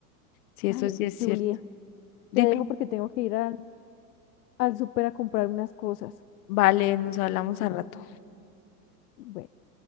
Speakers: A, on the left; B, on the left.
A: sí,
B: Ay,
A: eso sí es cierto.
B: Julie,
A: Dime.
B: te dejo porque tengo que ir al, al súper a comprar unas cosas.
A: Vale, nos hablamos al rato.
B: Bueno.